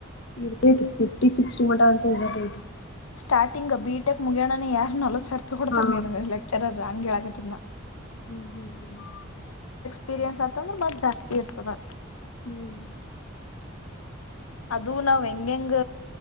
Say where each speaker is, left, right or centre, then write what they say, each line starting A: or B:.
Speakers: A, on the left; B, on the left.
A: ಇರ್ತೈತಿ ಫಿಫ್ಟಿ ಸಿಕ್ಸ್ಟಿ ಮಠ ಅಂತ ಇರತೈತಿ
B: ಸ್ಟಾರ್ಟಿಂಗ್ ಬಿಟೆಕ್ ಮುಗ್ಯಣನ ಯಾರ ನಲ್ವತ್ತು ಸಾವ್ರ ರೂಪಾಯಿ ಕೊಡ್ತಾರೆ
A: ಹಾ
B: ನೀ ಲೆಕ್ಚರರ್ ಹಂಗ ಹೇಳ <unintelligible>
A: ಹ್ಮ್ ಹ್ಮ್ ಹ್ಮ್
B: ಎಕ್ಸ್ಪೀರಿಯನ್ಸ್ತ್ತ ಅಂದ್ರೆ ಬತ್ ಜಾಸ್ತಿ ಇರ್ತದೆದ
A: ಹ್ಮ್
B: ಅದು ನಾವ್ ಹೆಂಗ ಹೆಂಗ